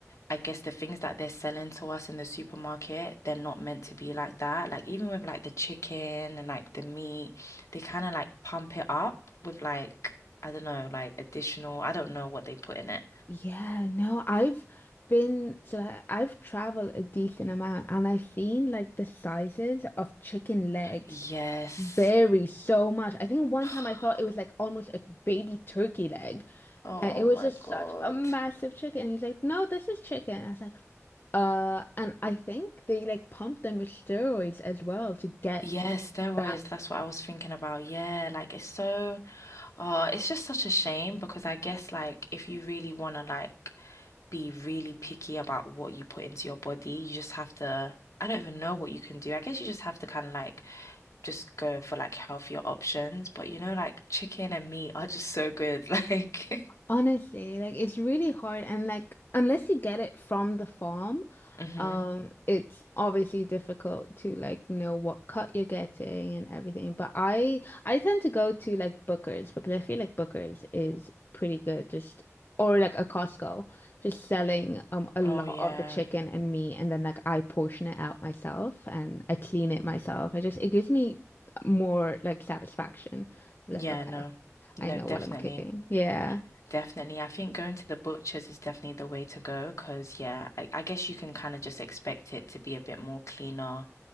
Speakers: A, on the left; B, on the left.
A: I guess the things that they're selling to us in the supermarket, they're not meant to be like that. Like even with like the chicken and like the meat, they kind of like pump it up with like, I don't know, like additional, I don't know what they put in it.
B: yeah, no, I've been so I- I've traveled a decent amount and I've seen like the sizes of chicken legs
A: Yes.
B: vary so much. I think
A: <sighs>
B: one time I thought it was like almost a baby turkey leg
A: Oh
B: and it was
A: my
B: just
A: God.
B: such a massive chicken. And he's like, no, this is chicken. I was like, Uh, and I think they like pumped them with steroids as well to get
A: Yeah, steroids,
B: that.
A: that's what I was thinking about. Yeah, like it's so, uh, it's just such a shame because I guess like if you really want to like be really picky about what you put into your body. You just have to, I don't even know what you can do. I guess you just have to kind of like just go for like healthier options. But you know, like chicken and meat are just so good. <laughs> Like,
B: Honestly, like it's really hard and like unless you get it from the farm,
A: hmm
B: um, it's obviously difficult to like know what cut you're getting and everything. But I I tend to go to like Booker's because I feel like Booker's is pretty good just or like a Costco, just selling um a lot
A: Oh, yeah.
B: of the chicken and meat and then like I portion it out myself and I clean it myself. I just it gives me more like satisfaction. Like,
A: Yeah,
B: okay,
A: no. No,
B: I know
A: definitely.
B: what I'm kicking. Yeah.
A: Definitely. I think going to the butchers is definitely the way to go because, yeah, I, I guess you can kind of just expect it to be a bit more cleaner